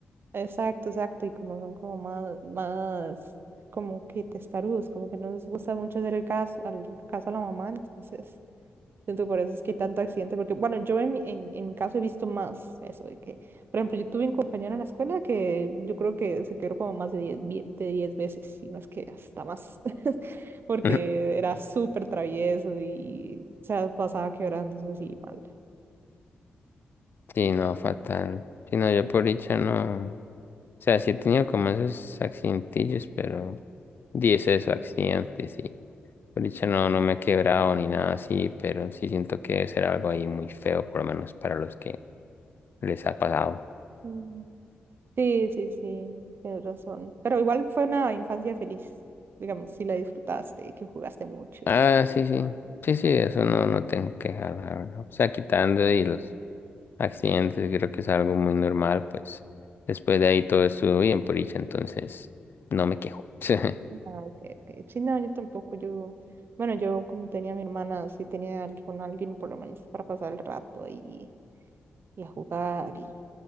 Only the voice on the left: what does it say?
<laughs>
Sí, no, fatal. Sí, no, yo por dicha no. O sea, sí he tenido como esos accidentillos, pero dice esos accidentes, sí. Por dicha no, no me he quebrado ni nada así, pero sí siento que debe ser algo ahí muy feo, por lo menos para los que les ha pasado.
Ah,
sí, sí. Sí, sí, eso no, no tengo queja, la verdad. O sea, quitando y los accidentes, creo que es algo muy normal, pues después de ahí todo estuvo bien por dicha, entonces no me quejo. <laughs>